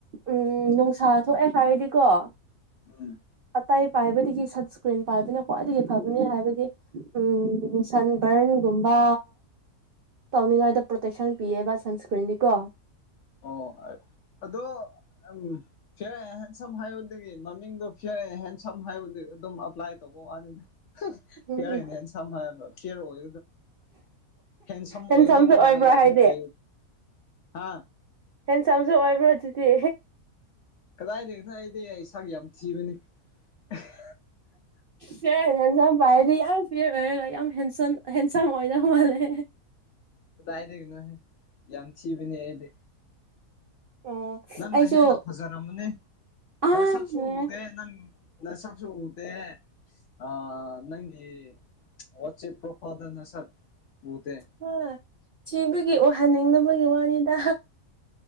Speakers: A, on the right (about 75°); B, on the left (about 65°).
A: ꯎꯝ ꯅꯨꯡꯁꯥ ꯊꯣꯛꯑꯦ ꯍꯥꯏꯔꯗꯤꯀꯣ <unintelligible>
B: ꯎꯝ
A: ꯇꯩ ꯄꯥꯏꯕꯗꯒꯤ ꯁꯟꯁꯀ꯭ꯔꯤꯟ ꯄꯥꯏꯕꯅ ꯈ꯭ꯋꯥꯏꯗꯒꯤ ꯐꯕꯅꯤ ꯍꯥꯏꯕꯗꯤ ꯎꯝ ꯁꯟꯕꯔꯟ ꯒꯨꯝꯕ ꯇꯧꯅꯤꯡꯉꯥꯏꯗ ꯄ꯭ꯔꯣꯇꯦꯛꯁꯟ ꯄꯤꯌꯦꯕ ꯁꯟꯁꯀ꯭ꯔꯤꯟꯗꯤꯀꯣ
B: ꯑꯣ ꯑ ꯑꯗꯣ ꯎꯝ ꯐꯤꯔ ꯑꯦꯟ ꯍꯦꯟꯁꯝ ꯍꯥꯏꯕꯗꯒꯤ ꯃꯃꯤꯡꯗꯨ ꯐꯤꯔ ꯑꯦꯍꯦꯟ ꯁꯝ ꯍꯥꯏꯕ ꯑꯗꯨꯝ ꯑꯄ꯭ꯂꯥꯏ ꯇꯧ ꯋꯥꯅꯤꯗ ꯍꯍ ꯐꯤꯔ
A: ꯎꯝ ꯎꯝ
B: ꯑꯦꯟ ꯍ‌ꯦꯟꯁꯝ ꯍꯥꯏꯕ ꯐꯤꯌꯔ ꯑꯣꯏ ꯍꯦꯟ ꯁꯝ ꯑꯣꯏꯒꯗꯧ
A: ꯍꯦꯟꯁꯝꯁꯨ
B: ꯃꯥꯜꯂ‌ꯦꯕ
A: ꯑꯣꯏꯕ꯭ꯔꯣ
B: ꯑꯗꯨꯝ
A: ꯍꯥꯏꯗꯤ
B: ꯇꯩ ꯍꯥ
A: ꯍꯦꯟꯁꯝꯁꯨ ꯑꯣꯏꯕ꯭ꯔꯣ ꯑꯗꯨꯗꯤ
B: ꯀꯗꯥꯏꯗꯒꯤꯅꫭ ꯑꯩꯗꯤ ꯁꯛ ꯌꯥꯝ ꯊꯤꯕꯅꯤ ꯑꯍ
A: ꯐꯤꯌꯔ ꯑꯦꯟ ꯍꯦꯟꯁꯝ ꯄꯥꯏꯔꯗꯤ ꯌꯥꯝ ꯐꯤꯌꯔ ꯑꯣꯏꯔꯒ ꯌꯥꯝ ꯍꯦꯟꯁꯟ ꯍꯦꯟꯁꯝ ꯑꯣꯏꯗꯧ ꯃꯥꯜꯂꯦ
B: ꯀꯗꯥꯏꯗꯒꯤꯅꯣꯍꯦ ꯌꯥꯝ ꯊꯤꯕꯅꯤ ꯑꯩꯗꯤ
A: ꯑꯣ
B: ꯅꯪꯅ
A: ꯑꯩꯁꯨ
B: ꯍꯦꯟꯅ ꯐꯖꯔꯝꯃꯅꯤ
A: ꯑꯥ
B: ꯅꯁꯛꯁꯨ
A: ꯂꯣꯏꯔꯦ
B: ꯎꯗꯦ ꯅꯪ ꯅꯁꯛꯁꯨ ꯎꯗꯦ ꯑꯥ ꯅꯪꯒꯤ ꯋꯥꯆꯦꯞ ꯄ꯭ꯔꯣꯐꯥꯏꯜꯗ ꯅꯁꯛ ꯎꯗꯦ
A: ꯍꯣꯏ ꯊꯤꯕꯒꯤ ꯎꯍꯟꯅꯤꯡꯗꯅꯕꯒꯤ ꯋꯥꯅꯤꯗ